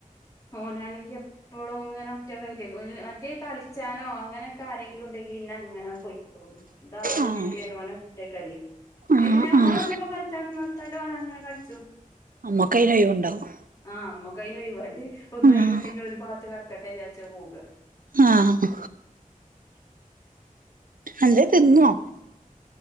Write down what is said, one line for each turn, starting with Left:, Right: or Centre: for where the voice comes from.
Left: ഓനാണെങ്കി അപ്പോളും ഇങ്ങനെ ഒറ്റക്കയി മറ്റേ കളിച്ചാനോ അങ്ങനെൊക്കെ ആരെങ്കിലും ഉണ്ടെങ്കിൽ പിന്നെ അങ്ങനെ പോയിക്കോളും ദാരുല്ല
Right: ആഹ് ആഹ്
Left: ഒറ്റക്കല്ലേ അല്ലെ
Right: ആഹ്
Left: പിന്നെ നമ്മോളോ
Right: ആഹ്
Left: ന്റപ്പോ കളിച്ചന്നത്ത ഓനങ്ങനെ കളിച്ചു
Right: അമ്മക്കൈന് ഒഴവുണ്ടാവും
Left: ആഹ് അമ്മക്കൈന് ഒഴവാണ്ടേ ഒന്ന് ഒഴ്യുണ്ടെങ്കിൽ
Right: ആഹ്
Left: ഒരു പാത്ത് കടക്കട്ടെ വിചാരിച്ച പോക
Right: ആഹ് എന്തേ
Left: ഏ
Right: തിന്നോ
Left: തായാലും